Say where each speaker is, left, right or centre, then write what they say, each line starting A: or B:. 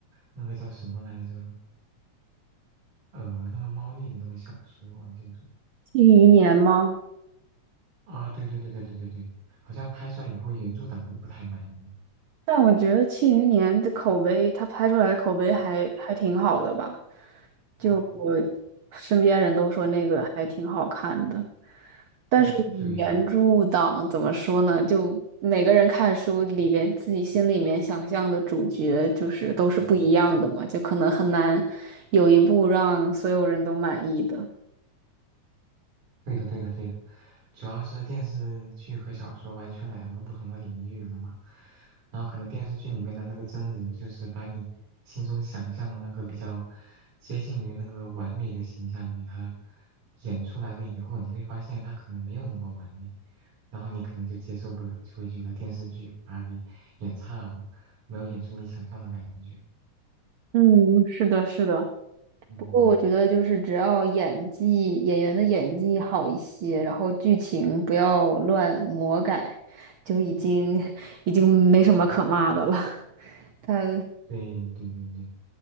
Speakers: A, on the right (about 80°); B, on the right (about 55°).
A: 那个叫什么来着？呃，那个猫腻的那个小说，忘记叫什么
B: 庆余年吗？
A: 啊？对对对对对对对，好像拍出来以后原著党都不太满意。
B: 但我觉得《庆余年》的口碑，它拍出来的口碑还还挺好的吧？就我
A: 哦，
B: 身边人都说那个还挺好看的，但是原著党怎么说呢？
A: 嗯，对，
B: 就每个人看书里边自己心里面想象的主角，就是都是不一样的嘛，
A: 嗯
B: 就可能很难有一部让所有人都满意的。
A: 对的，对的，对的，主要是电视剧和小说完全两个不同的领域了嘛。然后可能电视剧里面的那个真人，就是把你心中想象的那个比较接近于那个完美的形象给他演出来了以后，你会发现他可能没有那么完美，然后你可能就接受不了，就会觉得电视剧把他给演差了，没有演出你想象的感觉。
B: 嗯，是的，是的。
A: 嗯。
B: 不过我觉得就是只要演技演员的演技好一些，然后剧情不要乱魔改，就已经已经没什么可骂的了。<laughs> 他
A: 对对对对，